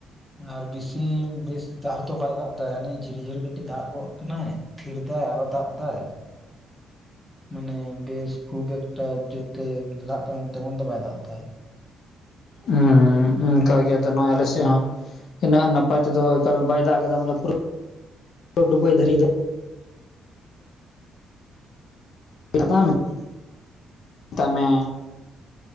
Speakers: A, in the centre; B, on the left.
A: ᱟᱨ ᱵᱮᱥᱤ ᱵᱮᱥᱼᱼ ᱫᱟᱜ ᱦᱚᱸᱛᱚ ᱵᱟᱭ ᱫᱟᱜ ᱮᱫᱟ ᱦ ᱡᱷᱤᱨᱤ ᱡᱷᱤᱨᱤ ᱠᱟᱹᱴᱤᱡ ᱫᱟᱜ ᱜᱚᱜ ᱠᱟᱱᱟᱭ ᱯᱷᱷᱤᱨ ᱮᱟᱭ ᱟᱨᱚ ᱫᱟᱜ ᱮᱫᱟᱭ ᱢᱟᱱᱮ ᱵᱮᱥ ᱠᱷᱩᱵ ᱮᱠᱴᱟ ᱡᱛᱮ ᱫᱟᱜ ᱛᱟᱢ ᱛᱮᱢᱚᱱ ᱛᱮ ᱵᱟᱭ ᱫᱟᱜ ᱮᱟᱭ᱾
B: ᱦᱚᱸ ᱚᱱᱠᱟᱱ ᱜᱮ ᱛ ᱱᱚᱣᱟ ᱟᱞᱮ ᱥᱮ ᱦᱚᱸ ᱦᱩᱱᱟᱹᱜ ᱱᱟᱯᱟᱭ ᱛᱮᱫᱚ ᱮᱠᱟᱞ ᱵᱟᱭ ᱫᱟᱜ ᱠᱮᱫᱫᱟ ᱵᱚᱞᱮ ᱯᱩᱨ ᱰᱩᱵ ᱫᱷᱟᱹᱨᱤᱡ ᱫᱚ, <unintelligible>
A: ᱦᱮᱸ <unintelligible>
B: ᱢᱮᱛᱟᱜ ᱢᱮ